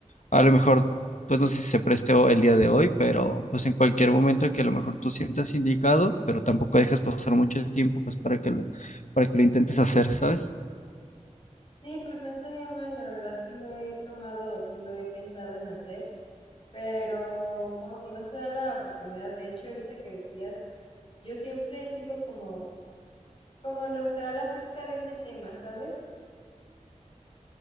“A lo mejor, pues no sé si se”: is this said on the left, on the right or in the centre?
Left